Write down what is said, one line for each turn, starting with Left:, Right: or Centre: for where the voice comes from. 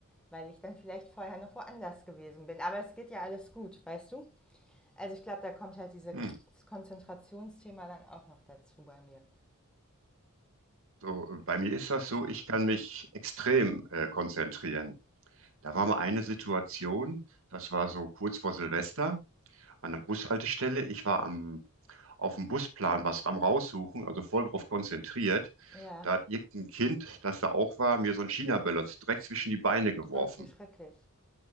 Centre: weil ich dann vielleicht vorher noch woanders gewesen bin. Aber es geht ja alles gut, weißt du? Also ich glaube, da kommt halt dieses
Right: Hm.
Centre: Konzentrationsthema dann auch noch dazu bei mir.
Right: So, äh, bei mir ist das so, ich kann mich extrem äh, konzentrieren. Da war mal eine Situation, das war so kurz vor Silvester an der Bushaltestelle. Ich war am, auf dem Busplan was am raussuchen, also voll drauf konzentriert.
Centre: Ja,
Right: Da hat irgendein Kind, das da auch war, mir so ein China-Böller direkt zwischen die Beine geworfen.
Centre: Gott, wie schrecklich.